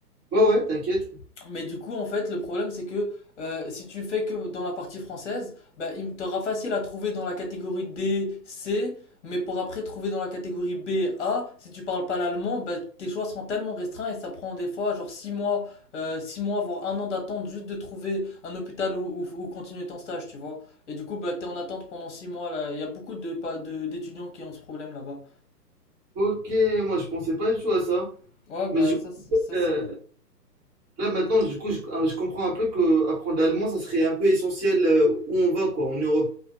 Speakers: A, on the right; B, on the left.
A: Ouais, ouais, t'inquiète.
B: Mais du coup, en fait, le problème, c'est que euh, si tu fais que dans la partie française, bah, il t'aura facile à trouver dans la catégorie D, C, mais pour après trouver dans la catégorie B, A, si tu parles pas l'allemand, bah, tes choix seront tellement restreints et ça prend des fois genre six mois, euh, six mois, voire un an d'attente juste de trouver un hôpital où, où, où continuer ton stage, tu vois. Et du coup, bah, t'es en attente pendant six mois, là. Il y a beaucoup de, pas de, d'étudiants qui ont ce problème là-bas.
A: Ok, moi, je pensais pas du tout à ça.
B: Ouais, bah,
A: Mais du coup,
B: ça, c'est- ça,
A: euh,
B: c'est,
A: Là maintenant, du coup, je, euh, je comprends un peu que apprendre l'allemand, ça serait un peu essentiel euh, où on va, quoi, en Europe.